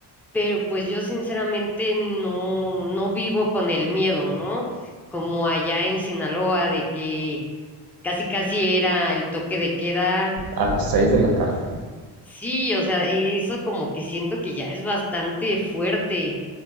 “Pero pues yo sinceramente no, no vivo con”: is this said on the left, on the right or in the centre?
Centre